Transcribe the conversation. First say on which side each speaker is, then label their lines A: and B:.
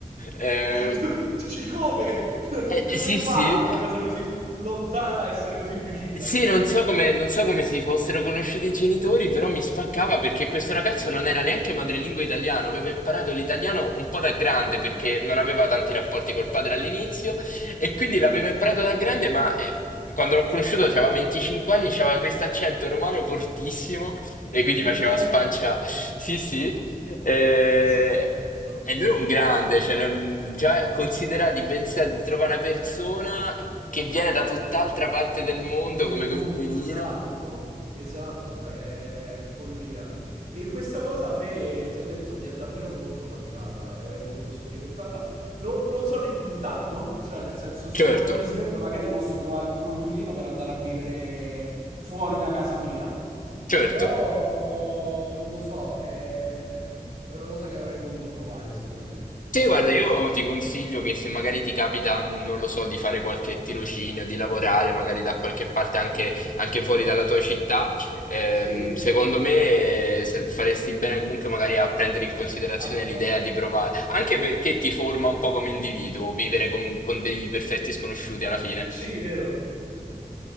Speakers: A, on the left; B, on the right.
A: Eh,
B: Tu dici come? <laughs>
A: eh,
B: Come
A: sì,
B: fa
A: sì.
B: una cosa così lontana a essere così vicina?
A: Sì, non so come, non so come si fossero conosciuti i genitori, però mi spaccava perché questo ragazzo non era neanche madrelingua italiano, aveva imparato l'italiano un po' da grande perché non aveva tanti rapporti
B: Non ci
A: col padre
B: credo.
A: all'inizio e quindi
B: Okay,
A: l'aveva imparato da grande, ma eh, quando l'ho conosciuto aveva 25 anni, aveva questo accento romano fortissimo e quindi
B: ti
A: faceva
B: prego.
A: spancia. Sì, sì. Eh,
B: È stupendo.
A: E lui è un grande, cioè non- già considera di pensare di trovare una persona che viene da tutt'altra parte del mondo
B: Del
A: come
B: mondo,
A: coinquilino.
B: esatto, esatto, è, è follia. E questa cosa a me, ti ho detto, mi è davvero molto mancata e avrei voluto sperimentarla. Non, non sono in ritardo, cioè nel senso se
A: Certo,
B: domani mi sveglio magari posso trovare un coinquilino per andare a vivere fuori da casa mia,
A: certo.
B: però non lo so, è, è una cosa che avrei voluto provare sicuramente.
A: Sì, guarda, io ti consiglio che se magari ti capita, non lo so, di fare qualche tirocinio, di lavorare magari da qualche parte anche, anche fuori dalla tua città, ehm,
B: Sì?
A: secondo me eh, se- faresti bene comunque magari a prendere in considerazione
B: A provare.
A: l'idea di provare, anche perché ti forma un po' come individuo, vivere con con dei perfetti sconosciuti alla fine.
B: Sì, vero.